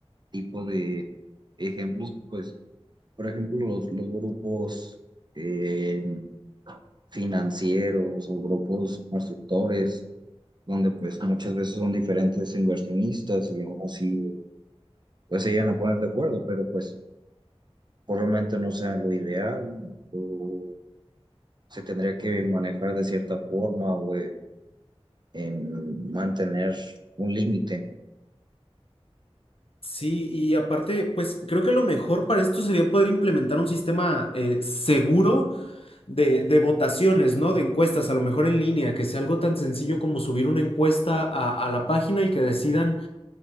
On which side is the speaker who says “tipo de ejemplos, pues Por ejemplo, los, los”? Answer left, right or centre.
Right